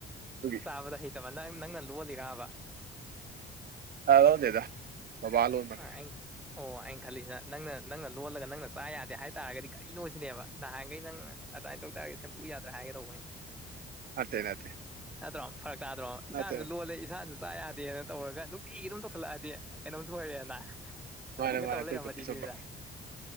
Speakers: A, on the right (about 50°); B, in the centre.
A: ꯑꯗꯨꯒꯤ
B: ꯆꯥꯕꯗ ꯍꯩꯇꯕ ꯅꯪ ꯅꯪꯅ ꯂꯣꯜꯂꯤꯔꯥꯕ
A: ꯑ ꯂꯣꯟꯗꯦꯗ ꯕꯥꯕꯥꯅ ꯂꯣꯟꯕꯅꯤ
B: ꯑꯩ ꯑꯣ ꯑꯩꯅ ꯈꯜꯂꯤꯁꯤꯅ ꯅꯪꯅ ꯅꯪꯅ ꯂꯣꯜꯂꯒ ꯅꯪꯅ ꯆꯥ ꯌꯥꯗꯦ ꯍꯥꯏꯇꯥꯥꯔꯒꯗꯤ ꯀꯔꯤꯅꯣ ꯁꯤꯅꯦꯕ ꯅꯍꯥꯟꯈꯩ ꯅꯪꯅ ꯑꯗꯨꯃꯥꯏꯅ ꯇꯧ ꯇꯥꯔꯗꯤ ꯁꯦꯝꯗꯣꯛꯎ ꯌꯥꯗ꯭ꯔꯥ ꯍꯥꯏꯒꯦ ꯇꯧꯕ ꯑꯩꯅ
A: ꯅꯠꯇꯦ ꯅꯠꯇꯦ
B: ꯅꯠꯇ꯭ꯔꯣ ꯐꯔꯛ ꯇꯥꯗ꯭ꯔꯣ ꯏꯁꯥꯅꯁꯨ
A: ꯅꯠꯇꯦ
B: ꯂꯣꯜꯂꯦ ꯏꯁꯥꯅꯁꯨ ꯆꯥ ꯌꯥꯗꯦꯅ ꯇꯧꯔꯒ ꯅꯨꯡꯇꯤꯒꯤ ꯑꯗꯨꯝ ꯇꯧꯁꯜꯂꯛꯑꯗꯤ ꯀꯩꯅꯣꯝ ꯂꯣꯏꯔꯦꯅ
A: ꯃꯥꯅꯦ
B: ꯑꯗꯥꯏꯅꯒ
A: ꯃꯥꯅꯦ
B: ꯇꯩ
A: ꯑꯗꯨꯕꯨꯗꯤ
B: ꯂꯩꯔꯝꯃꯗꯤ
A: ꯆꯨꯝꯕ
B: ꯁꯤꯅꯤꯗ